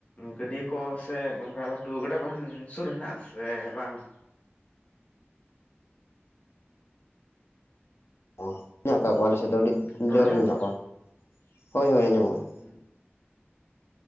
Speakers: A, on the left; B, on the left.
A: ᱜᱟᱹᱰᱤᱭᱟᱹ ᱠᱚ ᱥᱮ ᱜᱚᱜᱷᱟ ᱞᱟᱹᱴᱩ ᱜᱟᱰᱟ ᱠᱚ ᱥᱩᱨ ᱦᱮᱱᱟᱜ-ᱟ ᱥᱮ ᱵᱟᱝ
B: ᱚ ᱢᱮᱱᱟᱜ ᱠᱟᱫ ᱠᱚᱣᱟ ᱟᱞᱮ ᱥᱮᱫ ᱫᱚ ᱟᱹᱰᱤ
A: ᱨᱚᱲ
B: ᱡᱳᱨ
A: ᱟᱸᱡᱚᱢᱚᱜ
B: ᱜᱮ ᱢᱮᱱᱟᱜ ᱠᱚᱣᱟ ᱦᱳᱭ ᱦᱳᱭ ᱟᱸᱡᱚᱢᱚᱜ-ᱟ
A: ᱦᱩᱸ